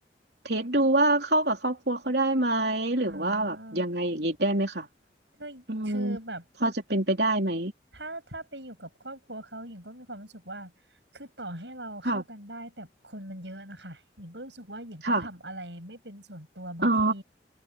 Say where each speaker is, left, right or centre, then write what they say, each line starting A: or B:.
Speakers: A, on the right; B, on the right.
A: เทสดูว่าเข้ากับครอบครัวเขาได้ไหมหรือว่าแบบยังไงอย่างงี้ได้ไหมคะ
B: อ๋อคือคือแบบ
A: อืมพอจะเป็นไปได้ไหม
B: ถ้าถ้าไปอยู่กับครอบครัวเขาหญิงก็มีความรู้สึกว่าคือต่อให้เราเข้ากันได้แต่คนมันเยอะนะคะหญิงก็รู้สึกว่าหญิงก็ทำอะไรไม่เป็นส่วนตัวบางที
A: ค่ะค่ะอ๋อ